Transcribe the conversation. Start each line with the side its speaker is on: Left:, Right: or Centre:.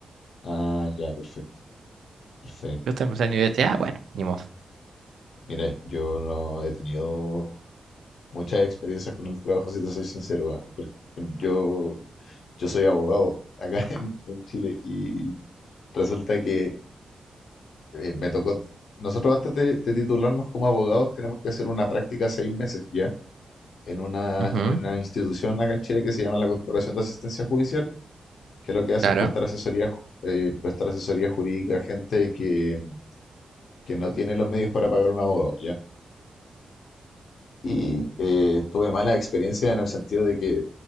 Left: Ah, ya, perfecto, perfecto.
Right: Justo empecé la universidad, ah, bueno, ni modo.
Left: Mira, yo no he tenido muchas experiencias con el trabajo, si te soy sincero, ah, porque yo, yo soy abogado acá <laughs> en, en Chile y resulta que eh, me tocó, nosotros antes de, de titularnos como abogados tenemos que hacer una práctica seis meses ya en una,
Right: Ujú,
Left: en una institución acá en Chile que se llama la Corporación de Asistencia Judicial, que lo que hace
Right: claro.
Left: es prestar asesoría, ju- eh, prestar asesoría jurídica a gente que que no tiene los medios para pagar un abogado, ¿ya? Y eh, tuve mala experiencia en el sentido de que